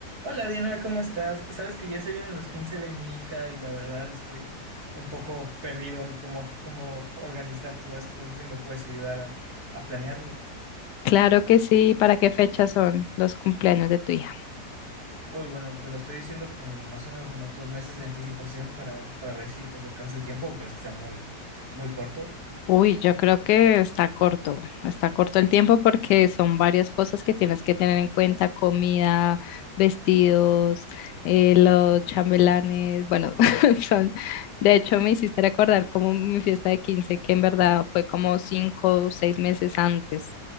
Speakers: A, on the right (about 65°); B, on the left (about 80°).
A: Hola Diana, ¿cómo estás? Sabes que ya se vienen los 15 de mi hija y la verdad estoy un poco perdido en cómo, cómo organizar todo esto. No sé si me puedes ayudar a, a planearlo.
B: Claro que sí. ¿Para qué fecha son los cumpleaños de tu hija?
A: Uy, bueno, te lo estoy diciendo con más o menos unos dos meses de anticipación para, para ver si nos alcanza el tiempo o crees que sea muy, muy corto.
B: Uy, yo creo que está corto, está corto el tiempo porque son varias cosas que tienes que tener en cuenta, comida, vestidos, eh, los chambelanes, bueno, <laughs> son, de hecho me hiciste recordar como mi fiesta de quince que en verdad fue como cinco o seis meses antes